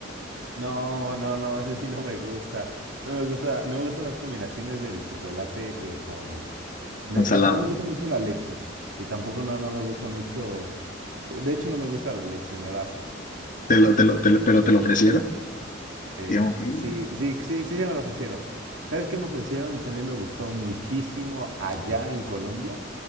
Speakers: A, on the right; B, on the left.
A: No, no, no, ese sí no me gusta. No me gusta, no me gustan las combinaciones del chocolate eh, con... ne-
B: Con
A: eh,
B: salado.
A: No me gusta mucho la leche. Y tampoco no, no me gusta mucho... eh, De hecho, no me gusta la leche, me da asco.
B: Te lo, te lo, te lo- pero te lo ofrecieron.
A: Eh,
B: digamos que
A: sí, sí, sí, sí, se me lo ofrecieron. ¿Sabes qué me ofrecieron? Y también me gustó muchísimo allá en Colombia,